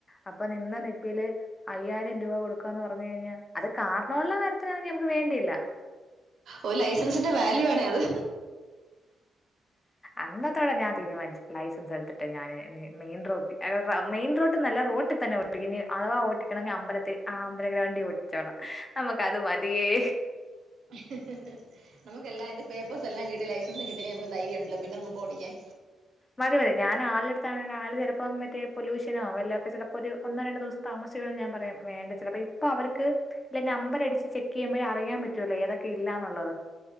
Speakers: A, on the left; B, on the right.
A: അപ്പൊ നിന്ന നിപ്പില് അയ്യായിരം രൂപ കൊടുക്കാന്ന് പറഞ്ഞു കഴിഞ്ഞാ അത് കാർണമുള്ള കാര്യത്തിനാണെങ്കിൽ നമുക്ക് വേണ്ടിയില്ല.
B: ഓ ലൈസൻസിന്റെ വാല്യു ആണേ അത്.
A: അന്നത്തോടെ ഞാൻ തീരുമാനിച്ചു ലൈസൻസ് എടുത്തിട്ട് ഞാന് മെയിൻ റോട്ട് അ അ മെയിൻ റോട്ട്ന്നല്ല റോട്ടിൽ തന്നെ ഇനി അധവാ ഓട്ടിക്കണെങ്കിൽ അമ്പല ആഹ് അമ്പല ഗ്രൗണ്ടി ഓട്ടിച്ചോളാം നമ്മക്ക് അത് മതിയേ
B: ആ നമുക്കേല്ലാ അയിന്റെ പേപ്പേഴ്സ് എല്ലാം കിട്ടി ലൈസൻസും കിട്ടി കഴിഞ്ഞാപ്പോ ധൈര്യം ഉണ്ടെല്ലോ പിന്നെ നമുക്ക് ഓടിക്കാൻ.
A: മതി മതി ഞാൻ ആളുടെ അട്ത്താണെ ആള് ചിലപ്പോ മറ്റേ പൊലൂഷനോ വല്ലോക്കേ ചെലപ്പോ ഒരു ഒന്നോ രണ്ടു ദിവസം താമസി ച്ച് ഞാൻ പറയാ വേണ്ട ചിലപ്പോ ഇപ്പൊ അവർക്ക് ഇല്ല നമ്പരടിച്ച് ചെക്ക് ചെയ്യുമ്പോഴെ അറിയാൻ പറ്റുള്ളൂ ഏതൊക്കെ ഇല്ലാന്നുള്ളത്.